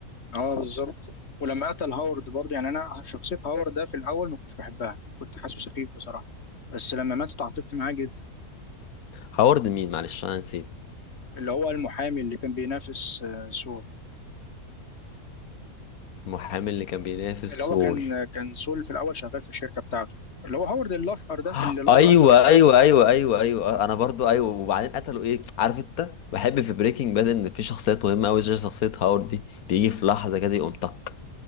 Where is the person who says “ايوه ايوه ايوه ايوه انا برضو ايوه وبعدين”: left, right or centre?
Left